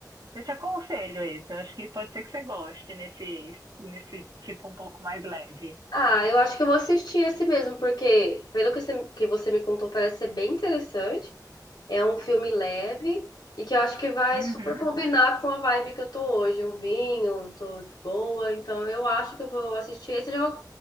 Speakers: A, on the right (about 65°); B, on the left (about 70°).
A: eu te aconselho esse. Eu acho que pode ser que você goste nesse, nesse tipo um pouco mais leve.
B: Ah, eu acho que eu vou assistir esse mesmo, porque pelo que você, que você me contou, parece ser bem interessante. É um filme leve e que eu acho que vai
A: Uhum.
B: super combinar com a vibe que eu tô hoje. Um vinho, tô de boa, então eu acho que eu vou assistir esse. Eu, já vou,